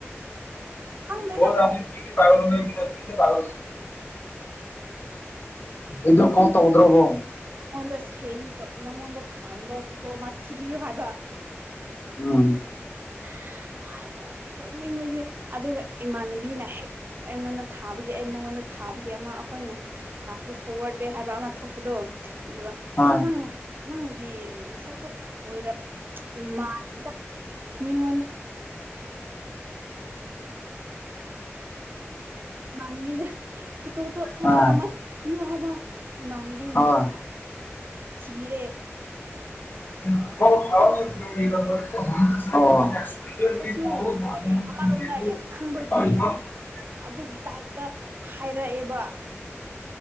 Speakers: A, on the right (about 50°); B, on the left (about 45°).
A: ꯈꯪꯗꯦꯗ
B: ꯣꯥ ꯊ ꯄ ꯄꯔ ꯏꯗꯣ ꯀꯣ ꯇ ꯎꯗ꯭ꯔꯕ
A: ꯑꯩꯉꯣꯟꯗ ꯁꯦꯟ ꯃꯉꯣꯟꯗ ꯊꯥꯅꯕ ꯐꯣꯇꯣ ꯑꯃ ꯊꯤꯕꯤꯌꯨ ꯍꯥꯏꯕ
B: ꯎꯝ
A: <inaudible> ꯑ ꯅꯣꯛꯅꯤꯡꯉꯨꯁꯦ ꯑꯗꯨꯒ ꯏꯃꯥꯟꯅꯕꯤꯅ ꯍꯦꯛ ꯑꯩꯉꯣꯟꯗ ꯊꯥꯕꯒꯤ ꯑꯩ ꯃꯉꯣꯟꯗ ꯊꯥꯕꯒꯤ ꯑꯃ ꯑꯩꯈꯣꯏꯅ ꯊꯥꯕ ꯐꯋꯥꯔ ꯗꯦ ꯍꯥꯏꯕ ꯑꯃ ꯊꯣꯛꯄꯗꯣ ꯑꯗꯨꯒ
B: ꯍꯣꯏ
A: ꯑꯁꯤ ꯅꯪ ꯅꯪꯒꯤ ꯁꯛꯇꯣ ꯑꯣꯏꯔ ꯎ ꯃꯥꯗ ꯃꯤꯉ ꯃꯥꯅ ꯃꯤꯗ ꯐꯇ
B: ꯍꯣꯏ
A: ꯑꯃꯨ ꯑꯃ ꯍꯥꯏ ꯏꯃꯥꯟꯅꯕꯤꯅ
B: ꯍꯣꯏ
A: ꯊꯤꯕꯤꯔꯦ
B: ꯍ ꯊꯥꯎ
A: ꯑꯗꯨꯁꯨ ꯀꯔꯤ
B: ꯑꯣ
A: ꯑꯃꯔꯣꯝꯗ ꯌꯥꯝ ꯈꯪꯕꯒꯤ ꯑꯗꯨꯒꯤ ꯇꯥꯏꯞꯇ ꯍꯥꯏꯔꯛꯑꯦꯕ